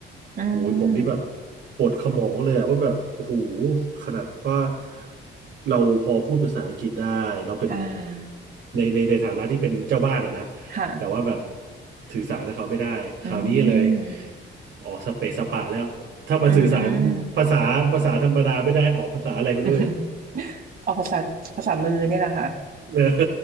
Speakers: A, on the right (about 45°); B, on the right (about 65°).
A: อืม
B: โอ้ยผมนี่แบบปวดขมองเลยอะว่าแบบ โอ้โหขนาดว่าเราพอพูดภาษาอังกฤษได้ เราเป็น
A: อ่า
B: ในในในฐานะที่เป็นเจ้าบ้านอะนะ
A: ค่ะ
B: แต่ว่าแบบสื่อสารกับเขาไม่ได้คราวนี้เลย
A: อืม
B: ออกสเปซสปะแล้วถ้ามันสื่อสารภาษาภาษาธรรมดาไม่ได้ออกภาษาอะไรก็ด้วย
A: อืม <laughs> ออกภาษาภาษามือเนี่ยแหละค่ะ
B: นะ